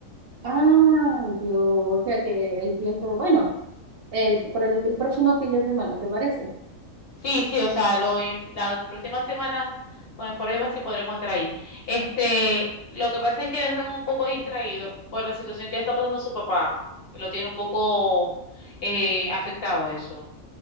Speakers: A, on the right; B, on the left.
A: Ah, Dios, o sea que el tiempo, bueno, el, por el, el próximo fin de semana, ¿te parece?
B: Sí, sí, o sea, lo, im- la próxima semana con el Foro Ibar sí podremos estar ahí. Este, lo que pasa es que él está como un poco distraído por la situación que está pasando su papá. Lo tiene un poco eh, afectado eso.